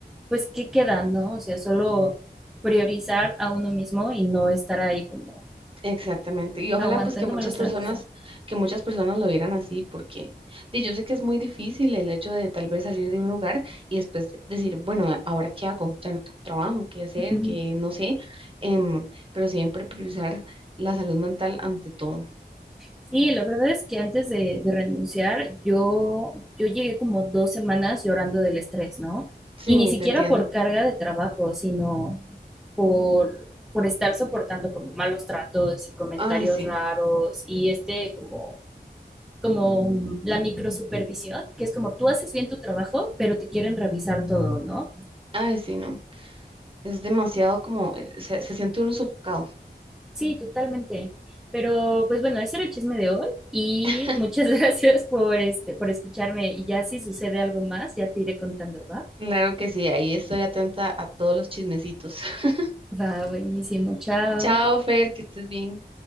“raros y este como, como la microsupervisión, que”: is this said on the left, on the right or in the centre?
Centre